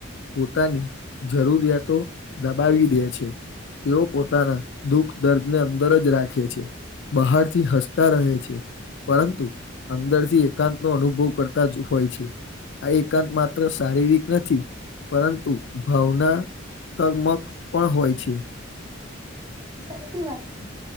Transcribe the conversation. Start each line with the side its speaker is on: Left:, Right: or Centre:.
Left: પોતાની જરૂરિયાતો દબાવી <unintelligible> તેઓ પોતાના દુઃખ દર્દને અંદર જ રાખે છે બહારથી હા કા રહે છે પરંતુ અંદરથી એકાંત નો અનુભવ કરતા જ હોય છે. આ એકાંત માત્ર શારીરિક નથી પરંતુ ભાવના તક મક પણ હોય છે.
Right: સાચી વાત છે.